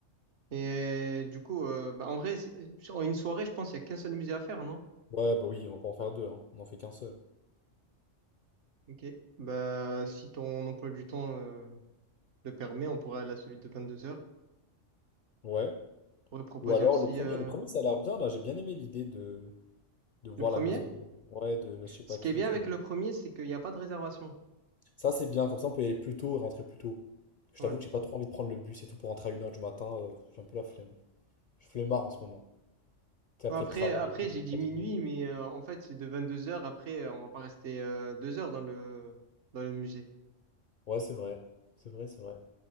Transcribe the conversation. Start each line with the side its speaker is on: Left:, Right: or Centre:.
Right: Et du coup, euh, bah, en vrai, c'est- sur une soirée, je pense qu'il y a qu'un seul musée à faire, non?
Left: Ouais, bah oui, on va pas en faire deux, hein. On en fait qu'un seul.
Right: Ok. Bah, si ton emploi du temps euh, le permet, on pourrait aller à celui de 22 heures.
Left: Ouais.
Right: On pourrait proposer
Left: Ou alors
Right: aussi
Left: le premier,
Right: euh,
Left: le premier, ça a l'air bien, là. J'ai bien aimé l'idée de. de voir
Right: le premier.
Left: la maison de, ouais, de je sais pas
Right: Ce qui
Left: qui
Right: est bien
Left: et tout.
Right: avec le premier, c'est qu'il n'y a pas de réservation.
Left: Ça, c'est bien, comme ça, on peut y aller plus tôt et rentrer plus tôt. Je
Right: Ouais.
Left: t'avoue que j'ai pas trop envie de prendre le bus et tout pour rentrer à une heure du matin. euh, j'ai un peu la flemme. Je suis flemmard en ce moment. Tu sais,
Right: Bon,
Left: après
Right: Après,
Left: le travail
Right: après
Left: et tout, je
Right: j'ai
Left: suis
Right: dit
Left: fatigué.
Right: minuit, mais euh, en fait, c'est de 22 heures. Après, euh, on va pas rester euh, deux heures dans le, dans le musée.
Left: Ouais, c'est vrai. C'est vrai, c'est vrai.